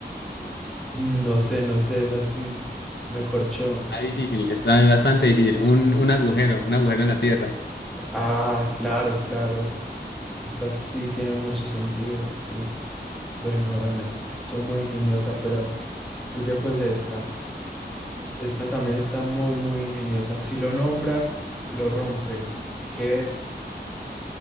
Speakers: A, in the centre; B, on the left.
A: no sé, no sé, es así, me corchó.
B: Está difícil, está bastante difícil. Un, un agujero, un agujero en la tierra.
A: Ah, claro, claro. Esta sí tiene mucho sentido. Uf, buena, buena. Soy muy ingeniosa, pero pille pues esta. Esta también está muy, muy ingeniosa. Si lo nombras, lo rompes. ¿Qué es?